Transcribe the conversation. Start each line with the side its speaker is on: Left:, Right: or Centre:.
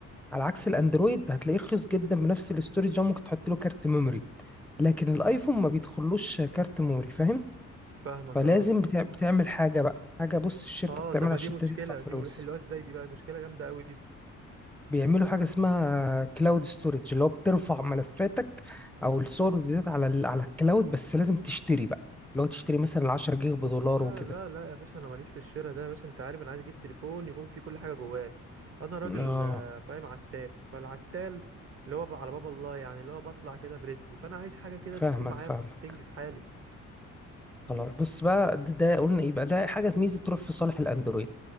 Centre: على عكس الاندرويد هتلاقيه رخيص جدا بنفس الاستورج ده ممكن تحط له كارت ميموري لكن الايفون ما بيدخلوش كارت ميموري فاهم
Right: فاهمك
Centre: فلازم
Right: اه
Centre: بتع... بتعمل حاجة بقى حاجة بص الشركة
Right: اه
Centre: بتعملها
Right: طب ما
Centre: عشان
Right: دي مشكلة
Centre: انت تدفع فلوس
Right: دي ما بيحلوها ازاي دي بقى مشكلة جامدة قوي دي
Centre: بيعملوا حاجة اسمها كلاود ستورج اللي هو بترفع ملفاتك او الصور والفيديوهات على ال على الكلاود بس لازم تشتري بقى اللي هو تشتري مثلا 10 جيجا بدولار
Right: لا
Centre: وكده
Right: لا لا يا باشا انا ماليش في الشراء ده يا باشا انت عارف انا عايز اجيب تليفون يكون فيه كل حاجة جواه انا راجل
Centre: اه
Right: آه، فاهم عتال فالعتال اللي هو بقى على باب الله يعني اللي هو بطلع كده برزقي فانا عايز حاجة كده
Centre: فاهمك
Right: تكون معايا
Centre: فاهمك
Right: في- تنجز حالي
Centre: خلاص بص بقى ده, ده قلنا يبقى ده حاجة ميزة تروح في صالح الاندرويد